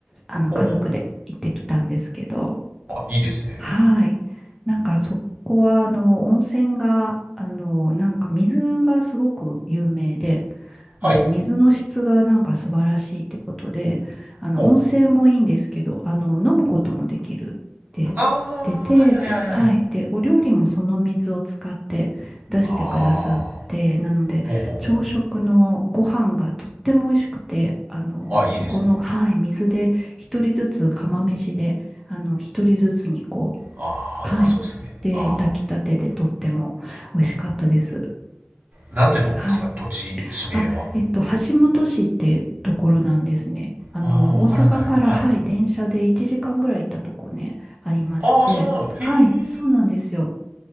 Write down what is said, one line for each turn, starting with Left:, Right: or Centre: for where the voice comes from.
Centre: あの、
Right: ほうほう。
Centre: 家族で行ってきたんですけど、
Right: あ、いいですね。
Centre: はい。なんかそこは、あの、温泉が、あの、なんか水がすごく有名で、あの、
Right: はい。
Centre: 水の質がなんか素晴らしいってことで、あの、
Right: ほう。
Centre: 温泉もいいんですけど、あの、飲むこともできるって言ってて、
Right: ああはいはいはいはい
Centre: はい。で、お料理もその水を使って出してくださって、
Right: ああ
Centre: なので、
Right: ほうほうほ
Centre: 朝食のご飯がとっても美味しくて、あの、
Right: う。あ、いいですね。
Centre: そこの、はい、水で一人ずつ釜飯で、あの、一人ずつにこう、
Right: ああうまそうですね。
Centre: はい。で、
Right: ああ
Centre: 炊きたてでとっても美味しかったです。
Right: なんてとこですか土地、
Centre: はい。
Right: 地名は。
Centre: あ、えっと、橋本市ってところなんですね。あの、
Right: ああわからない。
Centre: 大阪から、
Right: はい。
Centre: はい、電車で1時間ぐらい行ったとこね、ありまして。
Right: ああそんなの。へえ
Centre: はい、そうなんですよ。